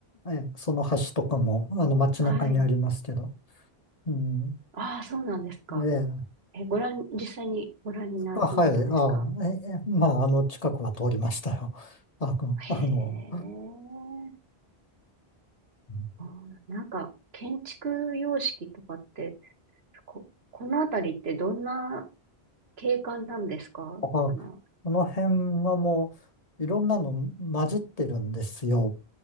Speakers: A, on the left; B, on the right.
A: ええ、その橋とかも、あの、街中にありますけど、
B: はい。
A: うん、
B: ああ、そうなんですか。
A: ええ、
B: え、ご覧、実際にご覧にな、
A: あ、はい、
B: なったんですか
A: あ、ええ、まあ、あの、近くは通りましたよ。あ、くあの、
B: へえ。
A: うん
B: あーなんか、建築様式とかって、こ、このあたりってどんな景観なんですかあの、
A: あ、この辺はもう、いろんなの混じってるんですよ。